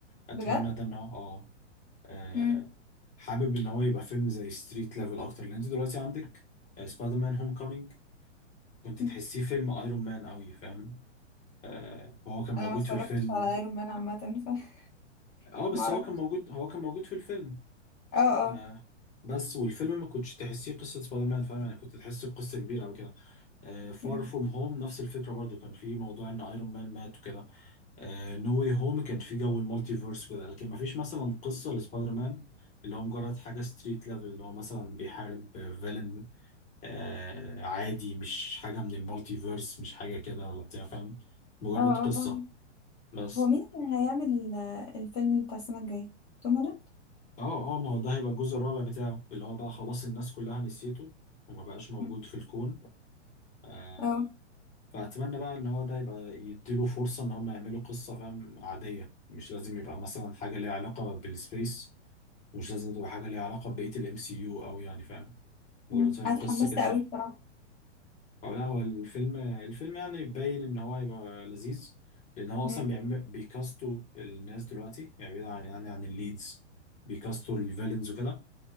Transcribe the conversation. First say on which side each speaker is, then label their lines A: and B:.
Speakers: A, on the left; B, on the left.
A: أتمنى
B: بجد
A: ده إن هو آه آه،
B: مم.
A: حابب ان هو يبقى فيلم زي ستريت ليفل اكتر لان انت دلوقتي عندك آه، سبايدر مان هوم كومينج كنت
B: مم.
A: تحسيه فيلم ايرون مان قوي فاهم آه، هو كان
B: انا
A: موجود
B: ما اتفرجتش
A: في الفيلم
B: على ايرون مان عامة فما
A: اه
B: <laughs>
A: بس
B: اعرفش
A: هو كان موجود هو كان موجود في الفيلم
B: اه اه
A: آه، بس والفيلم ما كنتش تحسيه قصة سبايدر مان فاهم يعني كنت تحسه قصة كبيرة او كده آه فار
B: مم.
A: فروم هوم نفس الفكرة برضو كان في موضوع ان ايرون مان مات وكده نو واي هوم كان في جو المالتيفيرس كده لكن ما فيش مثلا قصه لسبايدر مان اللي هو مجرد حاجه ستريت ليفل اللي هو مثلا بيحارب فيلن آه عادي مش حاجه من المالتيفيرس مش حاجه كده ولا بتاع فاهم مجرد
B: اه اه
A: قصه
B: فاهمة.
A: بس
B: هو مين اللي هيعمل ال- الفيلم بتاع السنة الجاية توم هولاند
A: اه اه ما هو ده هيبقى الجزء الرابع بتاعه اللي هو بقى خلاص الناس كلها نسيته وما بقاش موجود
B: مم.
A: في الكون آه
B: اه
A: فأتمنى بقى إن هو ده يبقى يديله فرصة إن هم يعملوا قصة فاهم عادية مش لازم يبقى مثلا حاجة ليها علاقة بالسبيس ومش لازم تبقى حاجة ليها علاقة ببقية الام سي يو أوي يعني فاهم مجرد
B: مم.
A: فاهم
B: انا
A: قصة
B: اتحمست
A: كده
B: قوي بصراحة
A: أو لا هو الفيلم الفيلم يعني باين إن هو هيبقى لذيذ لأن هو
B: مم.
A: أصلا بيعمل بيكاستوا الناس دلوقتي يعني بعيد عن يعني عن الليدز بيكاستوا الفيلنز وكده